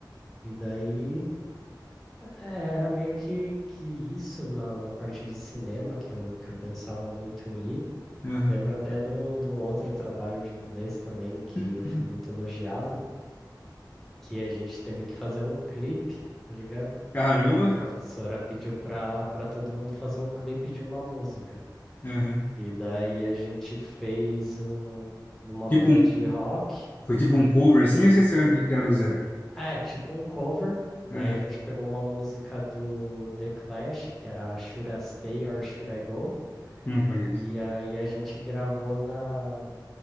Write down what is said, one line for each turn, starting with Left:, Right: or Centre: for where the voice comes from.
Centre: E daí é, era meio que, que isso na, na parte de cinema que eu, que eu pensava muito em ir.
Left: aham.
Centre: Lembro até de um, de um outro trabalho de inglês também que
Left: <clears throat>
Centre: eu fui muito elogiado, que a gente teve que fazer um clipe, tá ligado? A
Left: Caramba.
Centre: professora pediu para para todo mundo fazer o clipe de uma música.
Left: Aham.
Centre: E daí a gente fez um de uma
Left: Tipo
Centre: banda
Left: um,
Centre: de rock,
Left: foi tipo um cover assim, ou vocês tiveram que criar do zero?
Centre: é, tipo um cover.
Left: Aham.
Centre: Aí a gente pegou uma música do The Clash, que era Should I Stay or Should I Go?
Left: Não conheço.
Centre: E aí a gente gravou na,